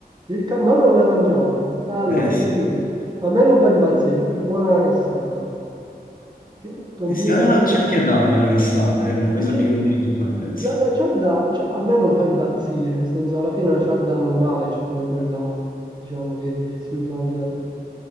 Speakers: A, on the right; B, on the left.
A: Il cannolo non l'hai mangiato? Eh, Allora,
B: Eh sì,
A: ti dico, a me non fa impazzire, è più buona la cassata. Che considera...
B: Eh sì, ah,
A: eh,
B: c'è anche a Napoli la cassata, è una
A: ma
B: cosa
A: Perché
B: più meridionale, penso.
A: la, la cialda, cioè, a me non fa impazzire, nel senso, alla fine è una cialda normale, cioè come quella, diciamo, che si usa anche da te.